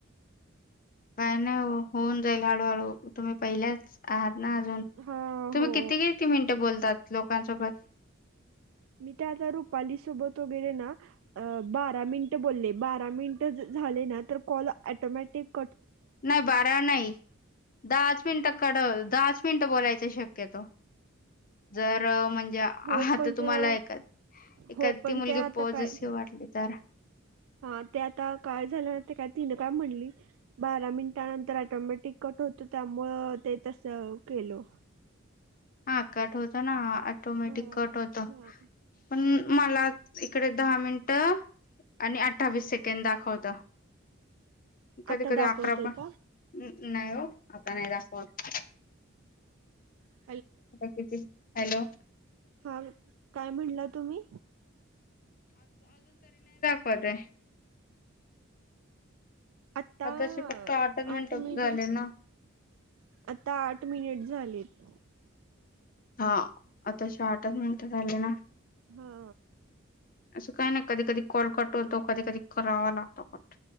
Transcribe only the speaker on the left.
काय नाही हो होऊन जाईल हळूहळू तुम्ही पहिल्याच आहात. ना अजून
तुम्ही
किती किती मिनिटं बोलतात लोकांसोबत.
नाही बारा नाही दहाच मिन टक. दहा च मिनट बोलाय शक्यतो जर महणजे. म्हणजे
आता
तुम्हाला
ए एखा
ती मुलगी
पॉजिसिव्ह
वाटली तर.
हा कट होतो ना ऑटोमॅटिक
कट
होत पण मला इकडे दहा मिनिट आणि अठ्ठावीस सेकंड दाखवत कधी
कधी
अकरा पण
नाही हो आता नाही दाखवत.
हॅलो.
पद <inaudible>
आताशी फक्त आठच मिनिटं
झाले ना
हा आता श आठच मिनिट झाले ना.
असं काय नाही कधी कधी कॉल कटवतो कधी कधी करावा लागतो कट.